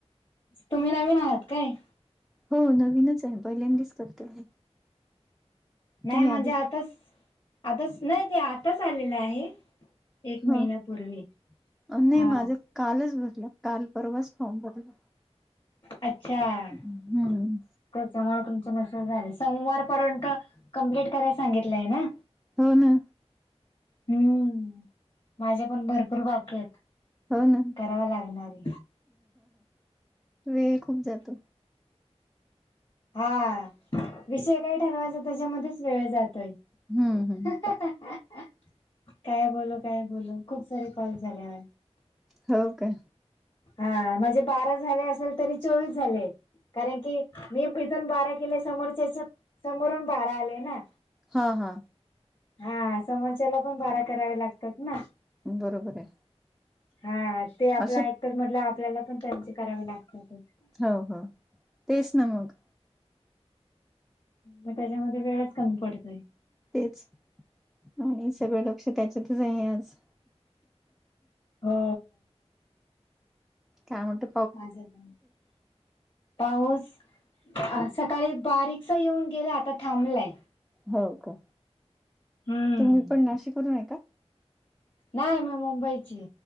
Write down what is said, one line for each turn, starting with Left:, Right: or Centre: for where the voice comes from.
Left: तुम्ही नवीन आहात काय?
Centre: हो, नवीनच आहे. पहिल्यांदीच करते मी.
Left: नाही
Centre: तुम्ही
Left: म्हणजे
Centre: आधी
Left: आताच, आताच नाही ते आताच आलेलं आहे. एक महिन्यापूर्वी
Centre: हो, नाही
Left: हा
Centre: माझा कालच भरला काल परवाच फॉर्म भरला.
Left: आच्छा,
Centre: हम्म
Left: त्याच्यामुळे तुमचे नस असं झाले. सोमवारपर्यंत, कंमप्लीट करायला सांगितलंय ना?
Centre: हो, ना
Left: हम्म. माझेपण, भरपूर बाकीयत
Centre: हो ना
Left: करावं लागणारे
Centre: वेळ खूप जातो.
Left: हा. विषय काय ठरवायचा, त्याच्यामध्येच वेळ जातोय.
Centre: हम्म
Left: ह..
Centre: हम्म
Left: ह.. ह.. आ. काय बोलू? काय बोलू? खूप सारे कॉल झाल्यावर
Centre: हो काय?
Left: हा. माझे बारा झाले असेल, तरी चोवीस झालेत. कारण की, मी इथून बारा केले समोरच्याचे, समोरून बारा आले ना?
Centre: हा.. हा.
Left: हा. समोरच्याला पण, बारा करावे लागतात ना?
Centre: बरोबरर आहे.
Left: हा. ते आपलं
Centre: असे
Left: ऐकतात म्हटल्यावर, आपल्याला पण त्यांचे करावे लागतात.
Centre: हो-हो, तेच ना मग
Left: मग त्याच्यामध्ये वेळच कमी पडतोय.
Centre: तेच. आणि सगळं लक्ष, त्याच्यातच आहे आज.
Left: हो
Centre: काय म्हणटु?
Left: आज येत नाही. <unintelligible> पाऊस सकाळी बारीकसा येऊन गेला आता थांबलाय.
Centre: हो का
Left: हम्म
Centre: तुम्ही पण नाशिक वरुन आहे का?
Left: नाय मी मुंबईची